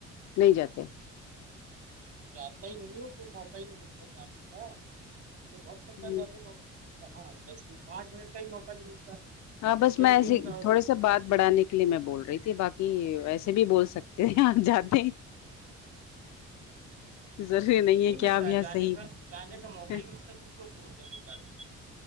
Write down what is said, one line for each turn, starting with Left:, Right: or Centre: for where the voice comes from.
Left: نہیں جاتے
Right: جاہتا ہی نہیں ہوں کوئی موقع ہی نہیں ملتا جانے کا من تو بہت
Left: ہوں
Right: کرتا جانے کا کہاں دس منٹ پانچ منٹ کا ہی موقع نہیں ملتا
Left: ہاں بس
Right: شیونگ
Left: میں ایسے
Right: نہیں
Left: تھوڑے سب بات بڑھانے کے لیے میں بول رہی تھی باقی ویسے بھی بول سکتے ہیں آپ جاتے ضروری نہیں ہے کیا
Right: ملتا
Left: اب یہ
Right: جانے
Left: صحیح
Right: کا جانے کا موقع
Left: ہیں۔
Right: ہی ملتا تو کیوں <unintelligible>